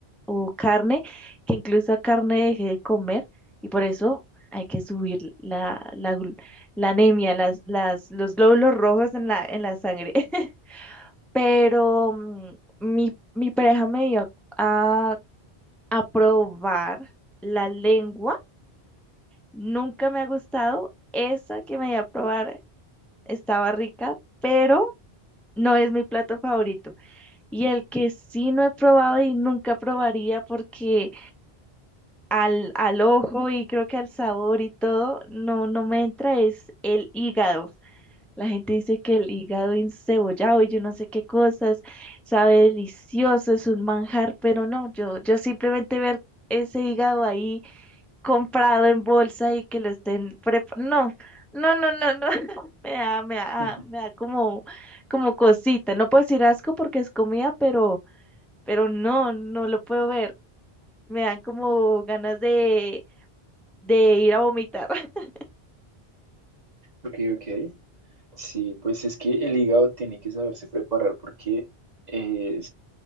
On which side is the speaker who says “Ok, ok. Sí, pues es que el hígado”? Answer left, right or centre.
Right